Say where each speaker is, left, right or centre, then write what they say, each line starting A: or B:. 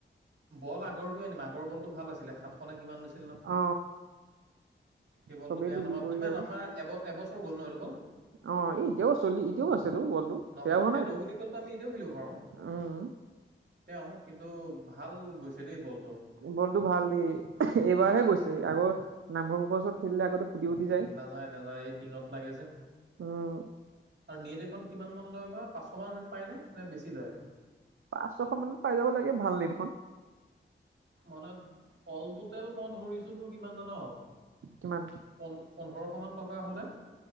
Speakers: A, on the right; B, on the right.
A: বল আগৰ আগৰ বলটো ভাল আছিলে সাতশ নে কিমান লৈছিল
B: অ
A: সেইবলতটো
B: চবেই
A: বেয়া
B: তুলি
A: নহয়
B: কৰি
A: কিমান
B: আৰু
A: আমাৰ এব এবছৰ গ'ল ন এইটো বল?
B: অ এই এতিয়াও চলি এতিয়াও আছেতো বলটো
A: নহয়
B: বেয়া হোৱা
A: খেলো
B: নাইতো
A: বুলি কলেটো আমি এতিয়াও খেলিব পাৰো৷ <inaudible>
B: উম
A: তেওঁ কিন্তু ভাল গৈছে দেই বল
B: বলটো ভাল দেই এইবাৰহে গৈছে আগৰ নামঘৰ মুখৰ ওচৰত খেলিলে আগতে ফুটি ফুটি যায়
A: নাযায়-নাযায় এই টিঙত লাগে যে
B: উম
A: আৰু নেট এখন কিমানমান লয় বা পাঁচশমান হয়তো পাইনে নে বেছি লয়?
B: পাঁচ ছশ মানত পাই যাব লাগে ভাল নেট এখন ৷
A: মানে অলটোতেল মই ধৰিছো তোৰ কিমান জান?
B: কিমান
A: প পোন্ধৰশ মান টকা হ'লে